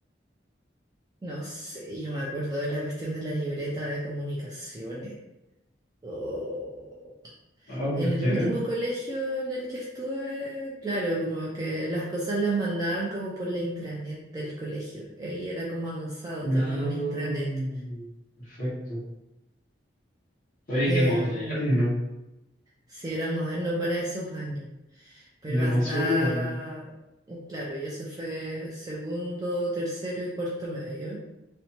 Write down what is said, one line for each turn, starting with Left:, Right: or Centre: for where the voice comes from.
Right: No sé, yo me acuerdo de la cuestión de la libreta de comunicaciones. Oh.
Left: Ah, ¿por
Right: En el
Left: qué?
Right: último colegio en el que estuve, claro, como que las cosas las mandaban como por la intranet del colegio. Ahí era como avanzado,
Left: No,
Right: tenía una intranet.
Left: perfecto. Oye,
Right: Em,
Left: qué moderno,
Right: sí, era moderno para esos años, pero
Left: demasiado
Right: hasta,
Left: moderno.
Right: claro, y eso fue segundo, tercero y cuarto medio.